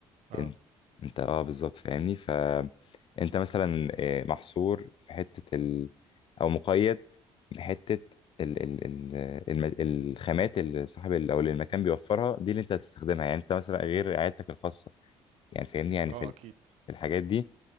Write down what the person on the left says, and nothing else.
انت انت اه بالظبط فاهمني فانت مثلا آه، محصور في حته ال... او مقيد بحته ال... ال... ال... الم- الخامات اللي صاحب ال... او اللي المكان بيوفرها دي اللي انت هتستخدمها يعني انت مثلا غير عيادتك الخاصه يعني فاهمني يعني
في ال-
في الحاجات دي